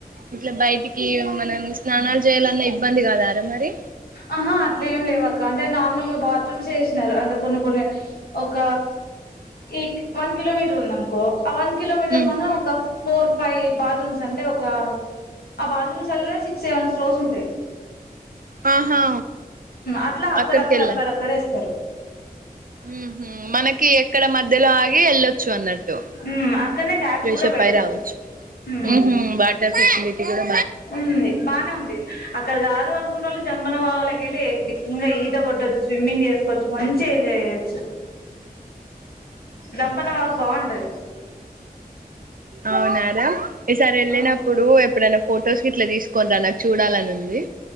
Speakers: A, on the right; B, on the left.
A: ఇట్లా బయటికి మనం స్నానాలు చేయాలన్న ఇబ్బంది కాదారా మరి
B: ఆహా అట్లా ఏం లేవు అక్క అంటే నార్మల్గా బాత్రూమ్స్ చేసినారు అంటే కొన్ని కొన్ని ఒక ఏక్ వన్ కిలోమీటర్ ఉంది అనుకో ఆ వన్ కిలోమీటర్
A: ఉమ్
B: మత్రం ఒక ఫోర్ ఫైవ్ బాత్రూమ్స్ అంటే ఒక ఆ బాత్రూమ్స్ అలోనే సిక్స్ సెవెన్ స్ట్రోర్స్ ఉంటాయి
A: ఆహా
B: అట్లా అక్కడక్కడ
A: అక్కడికి వెళ్ళా
B: అక్కడక్కడే ఇస్తారు
A: ఉహు మనకి ఎక్కడ మధ్య మధ్యలో ఆగి ఎల్ వెళ్ళచ్చు అన్నట్టు
B: మ్ అక్కడనే ట్యాప్స్
A: ఫ్రెష్
B: కూడా
A: అప్
B: పెడతరు
A: పై రావచ్చు అమ్మ
B: మ్
A: టి కూడా
B: ఉంది బానే అక్కడ కాదు అనుకుంటే వాళ్ళు జంపన వాళ్ళకి వెళ్ళి ఈట కొట్టొచ్చు స్విమ్మింగ్ చేసుకోవచ్చు మంచి ఎంజాయ్ చేయచ్చు దంపన వా బావుంటది
A: అవునా రా ఈసారి వెళ్ళినప్పుడు
B: అవునక్క
A: ఎప్పుడైనా ఫొటోస్ క ఇట్లా తీసుకోని రా నాకు చూడాలని ఉంది